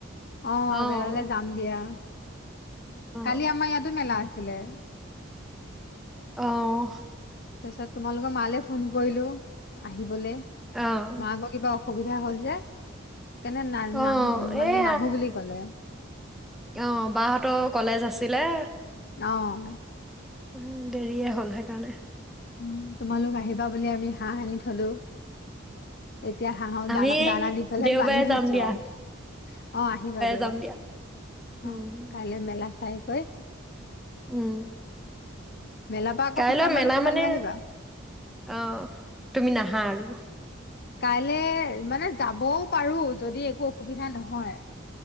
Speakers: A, on the left; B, in the centre.
A: অ',
B: অঁ
A: মেলালে যাম দিয়া।
B: অঁ
A: কালি আমাৰ ইয়াতো মেলা আছিলে।
B: অহ।
A: তাৰপিছত তোমালোকৰ মালে ফোন কৰিলো আহিবলৈ
B: অঁ
A: মা আকৌ কিবা অ অসুবিধা হ'ল যে কাৰনে ন
B: অঁ
A: নাহো মানে
B: এই
A: নাহো বুলি ক'লে
B: অঁ বাহঁতৰ কলেজ আছিলে দেৰিয়ে
A: অহ
B: হ'ল সেইকাৰণে
A: উম, তোমালোক আহিবা বুলি আমি হাঁহ আনি থলো। এতিয়া হাঁহক
B: আমি
A: দানা দানা দি পেলাই
B: দেওবাৰে
A: বানি থৈছো
B: যাম দিয়া
A: অঁ অঁ আহিবা দেওবাৰে
B: যাম দিয়া
A: অ
B: উম
A: কাইলে মেলা চাই কয়
B: উম
A: মেলাৰ পৰা আকৌ
B: কাইলৈ
A: পিছামালে
B: মেলা
A: কিবা
B: মানে,
A: লৈ আহিবা।
B: আহ, তুমি নাহা আৰু।
A: কাইলৈ মানে যাবও পাৰো, যদি একো অসুবিধা নহয়।